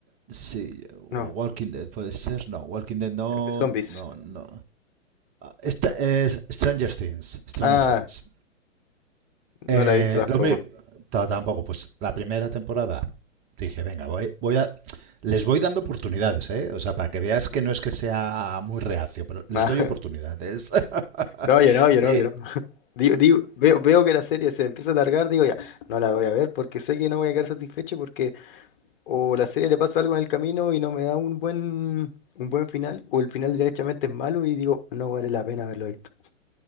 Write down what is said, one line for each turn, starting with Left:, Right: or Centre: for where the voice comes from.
Right: Sí, o
Left: No.
Right: Walking Dead puede ser, no, Walking Dead no,
Left: Es de zombies.
Right: no, no. Esta es Stranger Things, Stranger
Left: Ah,
Right: Things. Eh,
Left: no la he visto tampoco.
Right: lo mismo, tampoco, pues la primera temporada dije, venga, voy, voy a, les voy dando oportunidades, ¿eh? O sea, para que veas que no es que sea muy reacio, pero les
Left: Ah,
Right: doy oportunidades.
Left: <laughs> no, yo
Right: <laughs>
Left: no, yo
Right: y
Left: no, yo no. Digo, digo- veo, veo que la serie se empieza a alargar, digo ya, no la voy a ver porque sé que no voy a quedar satisfecho porque o la serie le pasa algo en el camino y no me da un buen, un buen final, o el final directamente es malo y digo, no vale la pena haberlo visto.